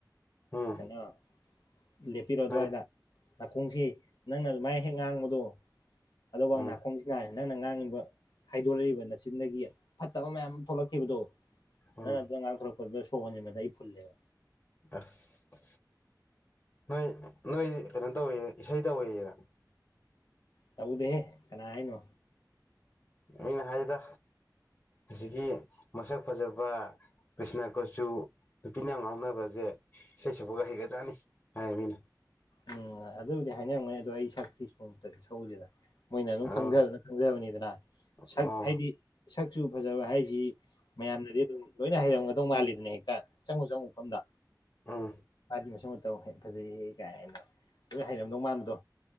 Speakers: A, on the left; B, on the left.
A: ꯎꯝ
B: ꯀꯩꯅꫭ ꯂꯦꯞꯄꯤꯔꯣ ꯑꯗꯨꯋꯥꯏꯗ
A: ꯅꯪ
B: ꯅꯥꯈꯣꯡꯁꯤ ꯅꯪꯅ ꯑꯗꯨꯃꯥꯏꯅ ꯍꯦꯛ ꯉꯥꯡꯕꯗꯣ ꯑꯗꯨꯕꯨꯛ
A: ꯎꯝ
B: ꯅꯥꯈꯣꯡ ꯉꯥꯏ ꯅꯪꯅ ꯉꯥꯡꯉꯤꯕ ꯍꯥꯏꯗꯣꯔꯛꯏꯕ ꯅꯆꯤꯟꯗꯒꯤ ꯐꯠꯇꯕ ꯃꯌꯥꯝ ꯑꯃꯥ ꯊꯣꯛꯂꯛꯈꯤꯕꯗꯣ
A: ꯎꯝ
B: ꯅꯪꯅ ꯉꯥꯡꯊꯣꯔꯛꯄꯗꯨꯗ ꯁꯣꯔ ꯍꯣꯟꯖꯤꯟꯕꯗ ꯑꯩ ꯐꯨꯜꯂꯦꯕ
A: ꯑꯁ ꯅꯣꯏ ꯅꯣꯏꯗꯤ ꯀꯩꯅꯣ ꯇꯧꯋꯦ ꯏꯁꯩ ꯇꯧꯋꯦꯗ
B: ꯇꯧꯗꯦꯍꯦ ꯀꯅꯥ ꯍꯥꯏꯅꯣ
A: ꯑꯩꯅ ꯍꯥꯏꯗ ꯑꯁꯤꯒꯤ ꯃꯁꯛ ꯐꯖꯕ ꯀ꯭ꯔꯤꯁꯅ ꯀꯆꯁꯨ ꯅꯨꯄꯤꯅ ꯌꯥꯝ ꯉꯥꯎꯅꯕꯁꯦ ꯏꯁꯩ ꯁꯛꯄꯒ ꯍꯩꯒꯖꯥꯠꯅꯤ ꯍꯥꯏꯌꯦ ꯃꯤꯅ
B: ꯎꯝ ꯑꯗꯨꯕꯨꯗꯤ ꯍꯥꯏꯅꯤꯡꯔꯝꯒꯅꯤ ꯑꯗꯣ ꯑꯩ ꯁꯛꯇ ꯅꫭꯡꯃꯇ ꯁꯛꯎꯗꯦꯗ ꯃꯣꯏꯅ ꯑꯗꯨꯝ
A: ꯑꯣ
B: ꯈꯪꯖꯕꯅ ꯈꯪꯖꯕꯅꯤꯗꯅ ꯁꯛ
A: ꯑꯣ
B: ꯍꯥꯏꯗꯤ ꯁꯛꯁꯨ ꯐꯖꯕ ꯍꯥꯏꯁꯤ ꯃꯌꯥꯝꯅꯗꯤ ꯑꯗꯨꯝ ꯂꯣꯏꯅ ꯍꯩꯔꯝꯒꯗꯧ ꯃꯥꯜꯂꯤꯗꯅꯦ ꯍꯦꯛꯇ ꯆꯪꯉꯨ ꯆꯪꯉꯨ ꯃꯐꯝꯗ
A: ꯎꯝ
B: ꯃꯥꯗꯤ ꯃꯁꯛ ꯃꯇꯧ ꯍ‌ꯦꯛ ꯐꯖꯩꯍ‌ꯦ ꯀꯥꯏꯅ ꯂꫭꯏ ꯍꯩꯔꯝꯗꯧ ꯃꯥꯟꯕꯗꯣ